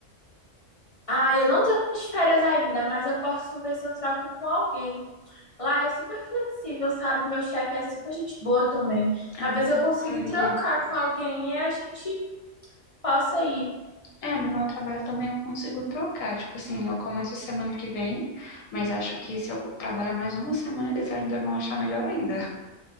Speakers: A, on the left; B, on the left.
A: Ah, eu não tô de férias ainda, mas eu posso ver se eu troco com alguém. Lá é super flexível, sabe? Meu chefe é super gente boa também. Talvez
B: Ai,
A: eu consiga
B: que maravilha.
A: trocar com alguém e a gente possa ir.
B: É, no meu trabalho também eu consigo trocar. Tipo assim, eu começo semana que vem, mas acho que se eu co- trabalhar mais uma semana, eles ainda vão achar melhor ainda.